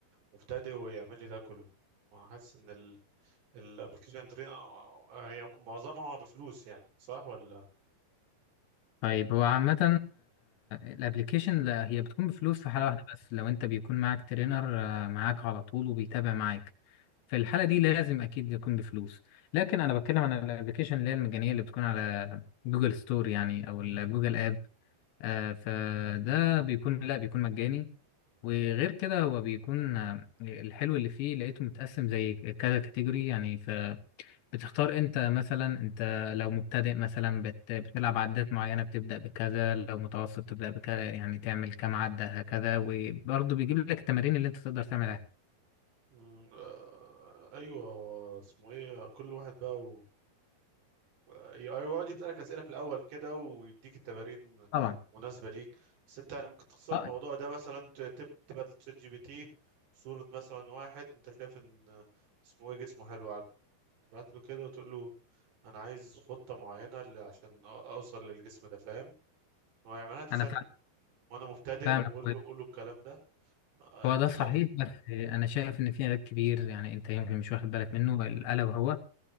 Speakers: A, on the right; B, on the left.
A: مبتدئ ويعمل لي ده كله حاسس ان الابلكيشن هي معظمها بفلوس يعني صح ولا
B: طيب هو عامة الابليكيشن هي بتكون بفلوس في حالة واحدة بس لو انت بيكون معاك ترينر آه، معاك على طول وبيتابع معاك في الحالة دي لازم اكيد يكون بفلوس لكن انا بتكلم عن الابليكيشن اللي هي المجانية اللي بتكون على جوجل ستور يعني او الجوجل اب آه، فده بيكون لا بيكون مجاني وغير كده هو بيكون آه، الحلو اللي فيه لقيته متقسم زي كذا كاتيجوري يعني فبتختار انت مثلا انت لو مبتدئ مثلا بت بتلعب عدات معينة بتبدأ بكذا لو متوسط تبدأ بكذا يعني تعمل كام عدة هكذا وبرضه بيجيب لك التمارين اللي انت تقدر تعملها
A: مم، آه، ايوه اسمه ايه كل واحد بقى و... ايوه يقعد يسألك أسئلة في الأول كده ويديك التمارين
B: طبعا
A: مناسبة ليك بس أنت يعني ممكن تختصر
B: اه
A: الموضوع ده مثلا ت- تب... تبقى للشات جي بي تي صورة مثلا واحد أنت شايف إن اسمه إيه جسمه حلو بعت له كده وتقول له انا عايز خطة معينة ل- عشان أ- اوصل للجسم ده فاهم هو هيعملها لك في
B: انا
A: ثانية
B: فا-
A: وانا مبتدئ
B: فاهمك
A: وقول له قول له الكلام ده آه،
B: هو
A: اديك
B: ده صحيح
A: على طول
B: بس آه، انا شايف ان في عيب كبير يعني انت يمكن مش واخد بالك منه الا وهو